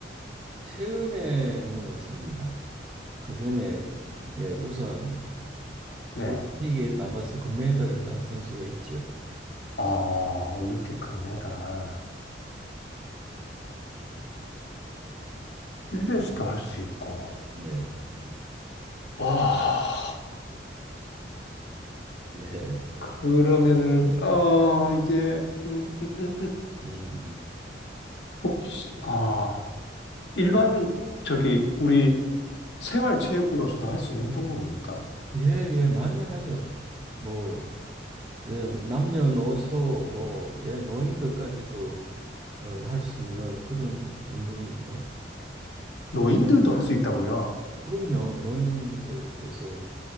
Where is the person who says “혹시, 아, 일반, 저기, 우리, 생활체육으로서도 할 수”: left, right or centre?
Left